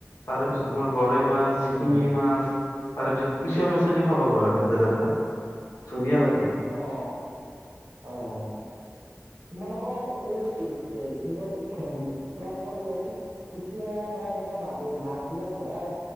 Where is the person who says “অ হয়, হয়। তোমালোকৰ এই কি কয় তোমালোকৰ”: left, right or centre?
Right